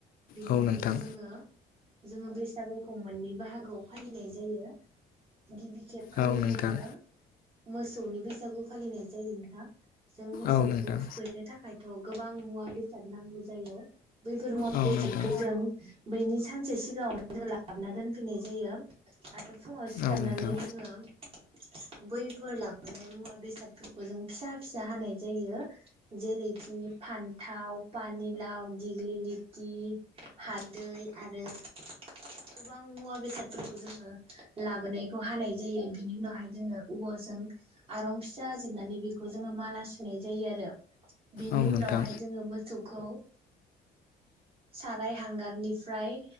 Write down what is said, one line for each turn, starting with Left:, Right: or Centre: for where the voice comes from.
Right: बेनिखायनो
Left: औ नोंथां
Right: जोङो जोङो बैसागुखौ मोननै बाहागोआव फालिनाय जायो गिबि खेबखालि
Left: औ नोंथां
Right: जोङो मोसौनि बैसागु फालिनाय जायो नोंथां जों मोसौखौ
Left: औ नोंथां
Right: थुखैनो थाखायथ' गोबां मुवा बेसाद साद नांगौ जायो बैफोर मुवा
Left: औ
Right: बेसादखौ
Left: नोंथां
Right: जों बैनि सानसे सिगाङांव जों लाबोना दोनफैनाय जायो आरो फुङाव सिखारनानै
Left: औ नोंथां
Right: जोङो बै फोर लांबोनाय मुवा बेसादफोरखौ जों फिसा फिसा हानाय जायो जेरैखि फान्थाव पानिलाव दिग्लि लिथि हालदै आरो गोबां मुवा बेसादफोरखौ जोङो लाबोनायखौ हानाय जायो जायो बिनि उनावहाय जोङो अबा आरं फिसा जिरनानै बेखौ जोङो माला सुनाय जायो आरो बेनि
Left: औ नोंथां
Right: उनावहाय जोङो मोसौखौ साराय हांगारनिफ्राय